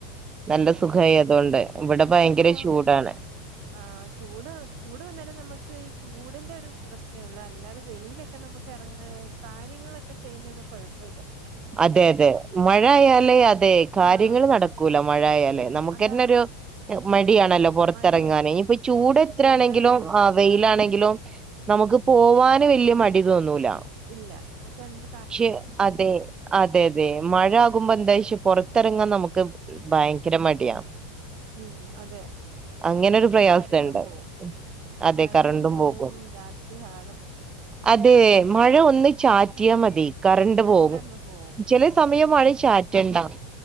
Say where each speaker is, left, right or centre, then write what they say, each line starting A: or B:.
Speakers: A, on the right; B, on the right.
A: നല്ല
B: ആ
A: സുഖായി അതുകൊണ്ട് ഇവിടെ
B: <unintelligible>
A: ഭയങ്കര ചൂടാണ്
B: ആ ചൂട് ചൂട് വന്നെനെ നമുക്ക് ഈ ചൂടിന്റെ ഒര് പ്രശ്നെ ഒള്ള് അല്ലാതെ വെളിയിലെക്ക നമ്മക്ക് എറങ്ങാനും കാര്യങ്ങളൊക്ക ചെയ്യുന്നെന് കൊഴപ്പ ഇല്ല
A: അതെ അതെ മഴ ആയാലെ അതെ കാര്യങ്ങള്
B: ആഹ്
A: നടക്കൂല മഴ ആയാലെ നമുക്കന്നൊരു
B: അതാ
A: മടിയാണല്ലോ പൊറത്തെറങ്ങാന്
B: മടിയാ
A: ഇനി ഇപ്പൊ ചൂട്
B: ഒന്നും
A: എത്ര
B: ചെയ്യാനൊരു
A: ആണെങ്കിലും അ വെയിലാണെങ്കിലും നമുക്ക് പോവാന് വല്യ മടി തോന്നൂല
B: ഇല്ല നമ്ക്ക്‌ എന്ത
A: ക്ഷെ അതെ അതെ അതെ മഴ <unintelligible> എന്താച്ച പൊറത്തെറങ്ങാം നമുക്ക് ഭയങ്കര മടിയാ
B: ഉം അതെ
A: അങ്ങനൊരു
B: പിന്നെ
A: പ്രയാസണ്ട്
B: കരണ്ടും പോവും
A: അതെ
B: കരണ്ടും
A: കറണ്ടും
B: പോവും
A: പോകും
B: രാത്രി ആകെ പ്രശ്നം
A: അതെ മഴ ഒന്ന് ചാറ്റിയ മതി കറണ്ട്
B: കരണ്ട്
A: പോകും
B: അങ്ങ് പോവും
A: ചെലെ സമയം മഴ ചാറ്റണ്ട